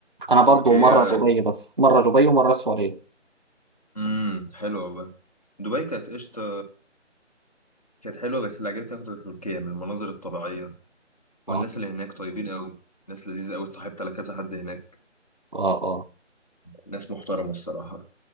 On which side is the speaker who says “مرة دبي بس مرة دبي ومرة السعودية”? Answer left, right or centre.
Right